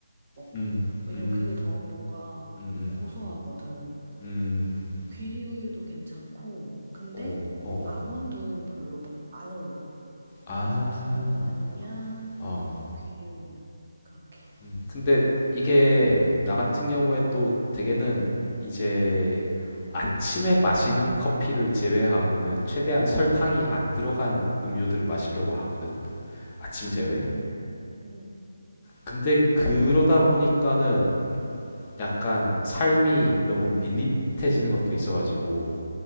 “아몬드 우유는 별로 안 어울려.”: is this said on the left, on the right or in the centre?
Right